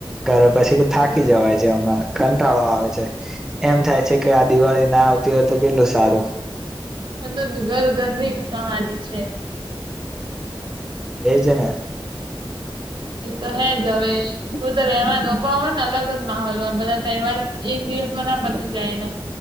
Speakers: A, in the centre; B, on the right (about 60°).
A: ઘરે પછી
B: બરોબર
A: થાકી જવાય છે. એમાં કંટાળો આવે છે એમ થાય છે કે આ દિવાળી ના આવ તી હોય તો કેટલું સારું.
B: અંદદ ઘર-ઘરની કહાની છે.
A: એજ ને.
B: એ તો હે જ હવે એવુ તો રેવાનું પણ અલગ જ માહોલ હોય. બધા તહેવાર એક દિવસ માં ના પતી જાયન.